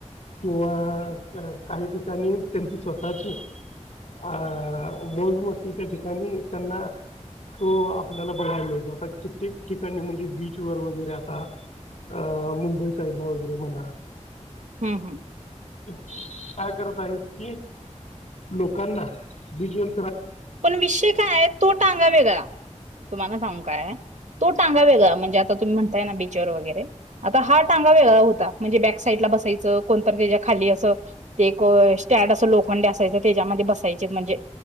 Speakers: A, on the left; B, on the right.
A: किंवा काही ठिकाणी त्यांची स्वतःची. अ मोजमस्तीच्या ठिकाणी त्यांना. तो आपल्याला बघायलाेत आता कित्येक ठिकाणी म्हणजे बीच वर वगैरे आता. अ मुंबई साईड ला वगैरे म्हणा.
B: हम्म हम्म
A: काय करत आहेत की लोकांना बिजवर.
B: पण विषय काय आहे, तो टांगा वेगळा तुम्हाला सांगू काय. तो टांगा वेगळा म्हणजे आता म्हणताय ना बिचर वगैरे, आता हा टांगा वेगळा होता, म्हणजे बॅक साईडला बसायच, कोण तर त्याच्या खाली ते असं, एकं स्टॅन्ड अस लोखंडी असायच, त्याच्यामध्ये बसायचे म्हणजे